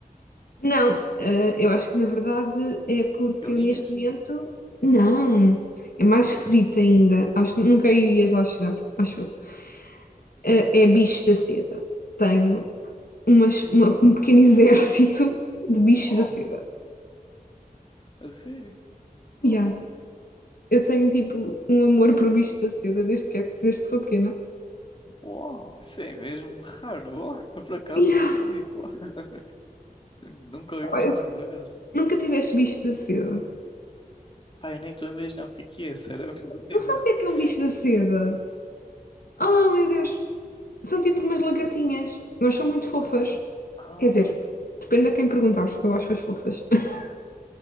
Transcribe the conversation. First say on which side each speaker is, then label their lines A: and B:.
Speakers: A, on the left; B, on the left.
A: Não, eh, eu acho que na verdade é porque
B: Galinhas?
A: eu neste momento. Não, é mais
B: Então,
A: esquisito ainda. Acho que nunca irias lá chegar, acho eu. eh, é bicho da seda. Tenho umas- uma- um pequeno <laughs> exército de bichos
B: <laughs> uau.
A: da seda.
B: A sério? Uau.
A: Yeah. Eu tenho tipo um amor por bichos da seda desde que, é- desde que sou pequena.
B: Uau. Isso é mesmo raro. <laughs> Uau. Por acaso,
A: Yeah.
B: nunca ouvi falar. <laughs> Nunca ouvi
A: Pá,
B: falar,
A: eu
B: por acaso.
A: nunca tive este bicho da seda.
B: Pai, eu nem estou a imaginar o que é que é, sinceramente. <laughs>
A: Não sabes o que é que é um bicho da seda? Oh meu Deus! São tipo umas lagartinhas, mas são muito fofas.
B: Ah,
A: Quer dizer, depende a quem perguntar, eu acho-as fofas. <laughs>